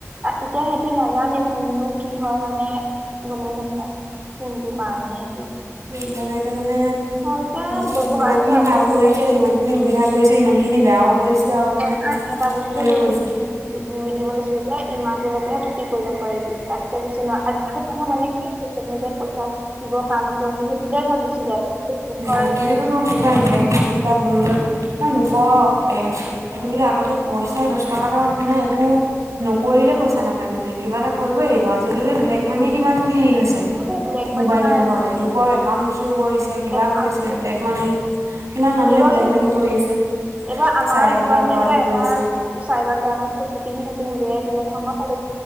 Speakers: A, on the right; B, on the right.
A: এতিয়া সেতি নাজানে কোননো কি হয় মানে গমেই নাপায়, ফোনটো কাৰণে সেতে
B: ইণ্টাৰনেটে মানে
A: ভালকে
B: উ
A: ব্যবহাৰটো
B: যিমান খিনি
A: ভালকে
B: ভাল
A: কৰিব
B: কৰিছে
A: লাগে।
B: যিমান খিনি সুবিধা কৰিছে সিমান খিনি বেয়াও কৰিছে আৰু মানে
A: এটা এটা বস্তু
B: হেৰিও
A: চচিয়েল
B: কৰিছে
A: মেডিয়াত দি দিব লৈছিলে যে ইমানটো থাকি কৰিব পাৰিবি তাতকে বেছি নোৱাৰে <unintelligible> মানে কি মিডিয়াত পইচা দিব ক কৰিম সেইটোতে ভাগ গুচি যায় মানে ফেচবুকৰ
B: আজিকালিতো তো
A: হৈ
B: কিমান
A: যাব
B: ব্লেক মানি পা ধৰি লৈ ন লোকক এ আজিকালি আগতে পইচা দশ টকা এটা মানে একো নকৰিলেও পইচা নাপায় মানে কিবা এটা কৰিবই লাগিব আজিকালি ব্লেক মানিয়ে কিমান হেৰি হৈছে
A: সেইটোৱে ব্লেক
B: মোবাইলৰ
A: মানি কাৰণে
B: যহতে লোকৰ একাউণ্ট চুৰ কৰিছে কিবা
A: একাউণ্ট
B: কৰিছে ব্লেক মানি কিমান মানুহে
A: এইবাৰচোন
B: ব্লেক মানি কৰি আছে।
A: এইবাৰ আমাৰ
B: চাইবাৰ
A: ডিপাৰ্টমেন্টৰ
B: অপৰাধী
A: এটা
B: কৰি আছে
A: চাইবাৰ ক্ৰাইমত ফচি কিনি সেইটো উলিয়াই দিলে নহয় আমাৰ কলেজ